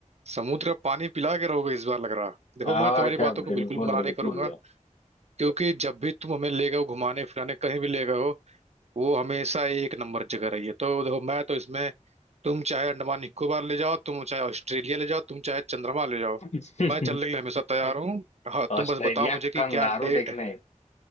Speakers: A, on the right; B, on the left.
A: समुद्र का पानी पिला के रहोगे इस बार लग रहा देखो
B: और
A: मैं तुम्हारी
B: क्या
A: बातों
B: बिल्कुल
A: को बिल्कुल मना
B: बिल्कुल
A: नहीं करूंगा क्योंकि जब भी तुम हमें ले गए हो घुमाने फिराने कहीं भी ले गए हो वो हमेशा एक नंबर जगह रही है तो देखो मैं तो इसमें तुम चाहे अंडमान निकोबार ले जाओ तुम चाहे ऑस्ट्रेलिया ले जाओ तुम चाहे चंद्रमा ले जाओ
B: <laughs>
A: मैं चलने के लिए हमेशा तैयार हूँ हाँ
B: ऑस्ट्रेलिया
A: तुम बस बताओ मुझे कि
B: कंगारू
A: क्या डेट
B: देखने
A: है।